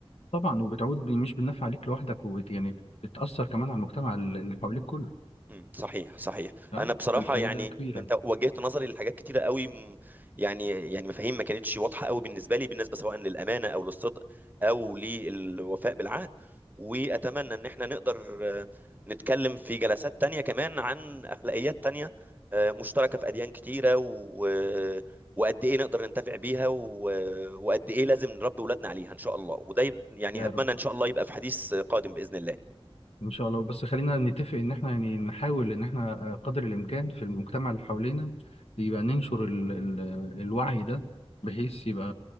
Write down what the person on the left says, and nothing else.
طبعا وبتعود ب- مش بالنفع عليك لوحدك وبت يعني بتأثر كمان على المجتمع اللي حواليك كله
تمام
فالفايدة
كبيرة
يا
رب
ان شاء الله بس خلينا نتفق ان احنا يعني نحاول ان احنا آه، قدر الامكان في المجتمع اللي حوالينا يبقى ننشر ال ال الوعي ده بحيث يبقى